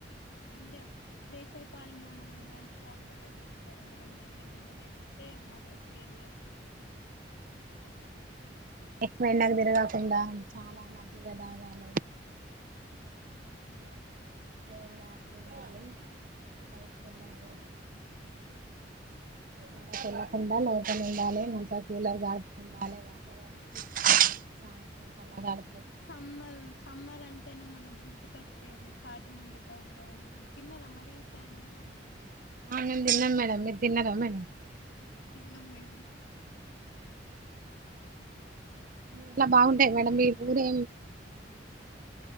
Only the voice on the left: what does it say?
ఇండి వేసవికాలంలో మనం ఎలాంటి జాగ్రత్తలు తీసుకోవాలి మేడం మీకేమైనా తెలిస్తే మాతో షేర్ చేసుకోండి
అవును మేడం
అవును
మేడం
సమ్మర్ సమ్మర్ అంటేనే మన గుర్తు ఇటుకొచ్చేది తాటి ముంజూ కాయలు కదా మీరు తిన్నారా మరి ఈ సారి మీరు
తిన్నం మేడం
తిన్నాం
మేడం